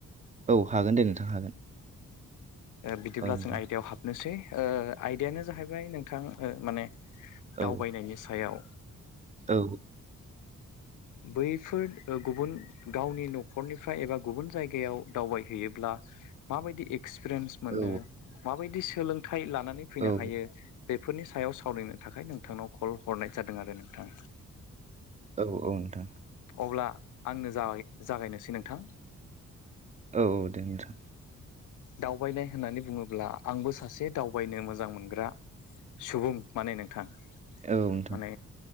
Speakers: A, on the right; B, on the left.
A: औ हागोन दे नोंथां हागोन
B: बिदिब्ला
A: औ नोंथां
B: जों आयदायाव हाबनोसै आयदायानो जाहैबाय नोंथां माने दावबायनायनि
A: औ
B: सायाव
A: औ
B: बैफोर गुबुन गावनि न'खरनिफ्राय एबा गुबुन जायगायाव दावबायहैयो ब्ला माबायदि एक्सपिरियेन्स मोनो
A: औ
B: माबायदि सोलोंथाइ लानानै फैनो
A: औ
B: हायो बेफोरनि सायाव सावरायनो थाखाय नोंथांनाव कल हरनाय जादों आरो नोंथां
A: औ औ नोंथां
B: अब्ला आंनो जाय जागायनोसै नोंथां
A: औ औ दे नोंथां
B: दावबायनाय होननानै बुंङोब्ला आंबो सासे दावबायनो मोजां मोनग्रा सुबुं माने नोंथां
A: औ नोंथां
B: माने